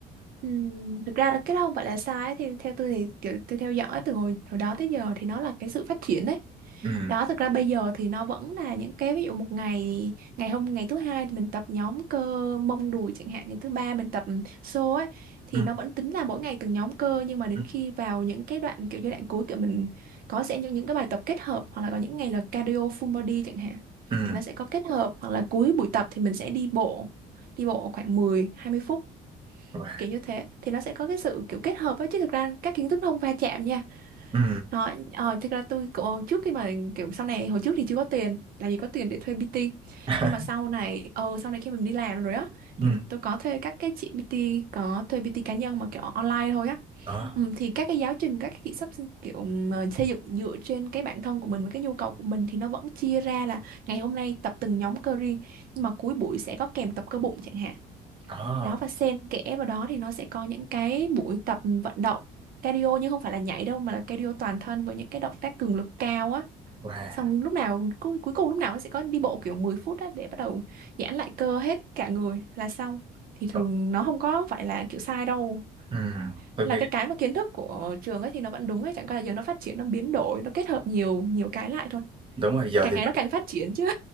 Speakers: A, on the right; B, on the right.
A: Ừm, thực ra là cái đó không phải là sai ấy. thì theo tôi thì kiểu tôi theo dõi từ hồi hồi đó tới giờ thì nó là cái sự phát triển đấy
B: ừ
A: đó thực ra bây giờ thì nó vẫn là những cái ví dụ một ngày ngày hôm ngày thứ hai thì mình tập nhóm cơ mông đùi chẳng hạn ngày thứ ba mình tập xô ấy thì
B: ừ
A: nó vẫn tính là mỗi ngày từng nhóm cơ nhưng mà đến
B: ừ
A: khi vào những cái đoạn kiểu giai đoạn cuối kiểu mình có sẽ những những cái bài tập kết hợp hoặc là có những ngày là cardio full body chẳng hạn
B: ừ
A: thì nó sẽ có kết hợp hoặc là cuối buổi tập thì mình sẽ đi bộ đi bộ khoảng mười hai mươi phút
B: Rồi.
A: kiểu như thế thì nó sẽ có cái sự kiểu kết hợp ấy chứ thực ra các kiến thức nó không va chạm nha
B: ừ
A: rồi ờ, thực ra tôi cũng ờ, trước khi mà kiểu sau này hồi trước thì chưa có tiền làm gì có tiền để thuê PT
B: <laughs>
A: nhưng mà sau này ờ sau này khi mình đi làm rồi á thì
B: ừ
A: tôi có thuê các cái chị PT có thuê PT cá nhân mà kiểu online thôi á
B: đó
A: ừ, thì các cái giáo trình các cái chị sắp kiểu mà xây dựng dựa trên cái bản thân của mình với cái nhu cầu của mình thì nó vẫn chia ra là ngày hôm nay tập từng nhóm cơ riêng nhưng mà cuối buổi sẽ có kèm tập cơ bụng chẳng hạn
B: đó
A: đó và xen kẽ vào đó thì nó sẽ có những cái buổi tập vận động cardio nhưng không phải là nhảy đâu mà là cardio toàn thân với những cái động tác cường lực cao á
B: wow
A: xong lúc nào cu- cuối cùng lúc nào nó sẽ có đi bộ kiểu 10 phút á để bắt đầu giãn lại cơ hết cả người là xong thì thường
B: Ờ,
A: nó không có phải là kiểu sai đâu
B: ừ tôi
A: Nên
B: nghĩ
A: là cái cái mà kiến thức của trường ấy thì nó vẫn đúng ấy chẳng qua là giờ nó phát triển nó biến đổi nó kết hợp nhiều nhiều cái lại thôi
B: đúng rồi giờ
A: càng
B: thì
A: ngày nó càng phát triển chứ